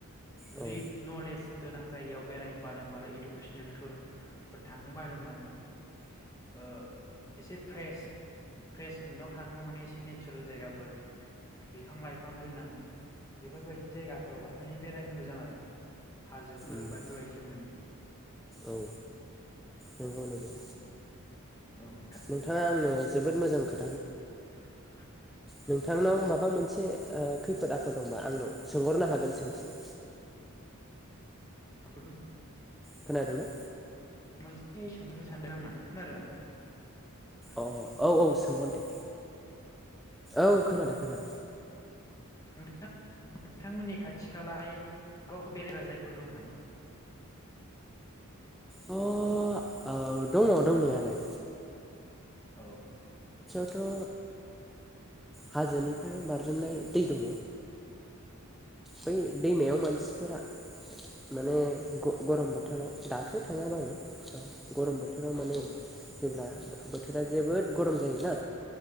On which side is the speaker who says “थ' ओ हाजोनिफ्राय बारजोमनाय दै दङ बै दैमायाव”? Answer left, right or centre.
Centre